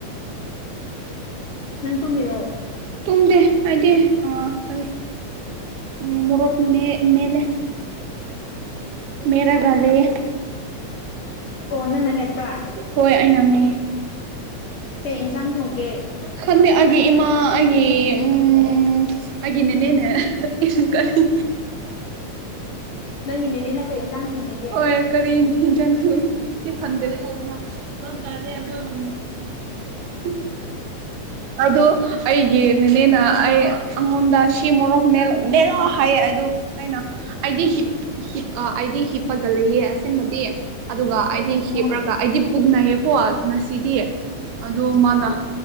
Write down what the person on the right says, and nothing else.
ꯇꯨꯝꯗꯦ ꯑꯩꯗꯤ ꯀꯔꯤ ꯎꯝ ꯃꯣꯔꯣꯛ ꯃꯦꯜꯂꯦ ꯃꯦꯠꯂꯒ ꯂꯩꯌꯦ
ꯍꯣꯏ ꯑꯩꯅꯅꯦ
ꯈꯪꯗꯦ ꯑꯩꯒꯤ ꯏꯃꯥ ꯑꯩꯒꯤ ꯎꯝ ꯑꯩꯒꯤ ꯅꯦꯅꯦꯅ‌ꯦ ꯏꯁꯤꯡ ꯀꯔꯤ
ꯍꯣꯏ ꯀꯔꯤ ꯏꯟꯖꯥꯡ ꯊꫭꯡ ꯉꯤ ꯈꯪꯗꯔꯦ <unintelligible> <unintelligible> ꯑꯗꯨ ꯑꯩꯒꯤ ꯅꯦꯅꯦꯅ ꯑꯩ ꯑꯩꯉꯣꯟꯗ ꯁꯤ ꯃꯣꯔꯣꯛ ꯃꯦꯂꫭ ꯍꯥꯏꯌꯦ ꯑꯗꯨ ꯑꯩꯅ ꯑꯥꯏꯗꯤ ꯍꯤꯠ ꯍꯤꯠ ꯑ ꯑꯩꯗꯤ ꯍꯤꯞꯄꯒ ꯂꯩꯌꯦ ꯑꯁꯕꯗꯤ ꯑꯗꯨꯒ ꯑꯩꯗꯤ
ꯍꯤꯞꯔꯒ ꯑꯩꯗꯤ ꯄꯨꯛꯅꯩꯌꯦꯀꯣ ꯉꯁꯤꯗꯤ ꯑꯗꯨ ꯃꯥꯅ